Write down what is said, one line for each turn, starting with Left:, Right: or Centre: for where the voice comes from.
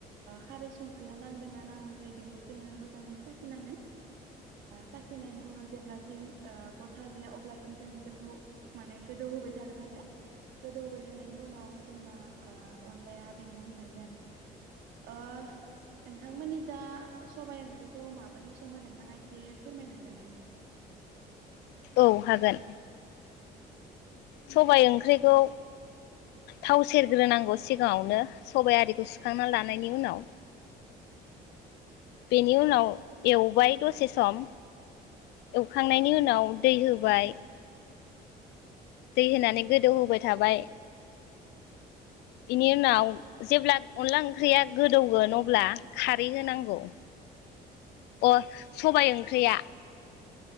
Right: खारै संख्रिया नांदोंना नाङाखै बेखौ जोङो मोजाङै साखिनांगोन। साखिनायनि उनाव जेब्लासिम गथा जाया। अब्लासिम जों गोदौ माने गोदौ होबाय थागोन आरो, गोदौ होबाय थानायनि उनाव जोंना ओ अनलाया बिदिनो जायो आरो। ओ नोंथांमोननि जा सबाय ओंख्रिखौ माबोरै सङो नोंथाङा एसे फोरमायनो हागोन नामा?
Left: औ हागोन।
Right: औ।
Left: सबाय ओंख्रिखौ थाव सेरग्रोनांगौ सिगाङावनो सबाय आरिखौ सुखांनानानै ला लानायनि उनाव
Right: <inaudible>
Left: बेनि उनाव एवबाय दसे सम, एवखांनायनि उनाव दै होबाय दै होनानै गोदौहोबाय थाबाय। बेनि उनाव जेब्ला अनला ओंख्रिया गोदौगोन अब्ला खारै होनांगौ।
Right: <inaudible>
Left: अ सबाय ओंख्रिया